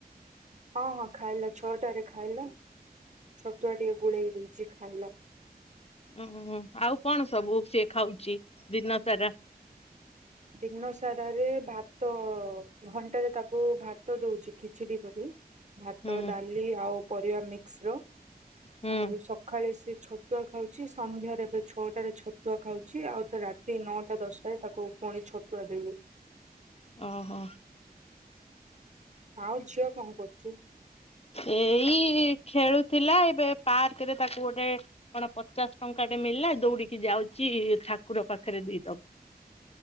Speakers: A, on the right; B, on the left.
A: ହଁ ହଁ ଖାଇଲା ଛଅଟାରେ ଖାଇଲା ଛତୁଆ ଟିକେ ଗୋଳେଇକି ଦେଇଛି ଖାଇଲା।
B: ଓ ଆଉ କଣ ସବୁ ସିଏ ଖାଉଛି ଦିନ ସାରା।
A: ଦିନ ସାରାରେ ଭାତ ଘଣ୍ଟାରେ ତାକୁ ଭାତ ଦଉଛି ଖିଚଡି କରି ଭାତ
B: ହୁଁ
A: ଡାଲି ଆଉ ପରିବା ଏକ୍ସ୍ରୋ
B: ହୁଁ।
A: ଆଉ ସକାଳେ ସେ ଛତୁ ଛତୁଆ ଖାଉଛି ସନ୍ଧ୍ୟାରେ ଏବେ ଛଅଟାରେ ଛତୁଆ ଖାଉଛି ଆଉ ତା ରାତି ନଅଟା ଦଶଟାରେ ତାକୁ ପୁଣି ଛତୁଆ ଦେଇ
B: ଓହୋ।
A: ଆଉ ଝିଅ କଣ କରୁଛି?
B: ଏଇ ଖେଳୁଥିଲା ଏବେ ପାର୍କରେ ତାକୁ ଗୋଟେ କଣ ପଚାଶ ଟଙ୍କା ଟେ ମିଳିଲା ଦୌଡିକି ଯାଉଛି ଠାକୁର ପାଖରେ ଦେଇଦବ।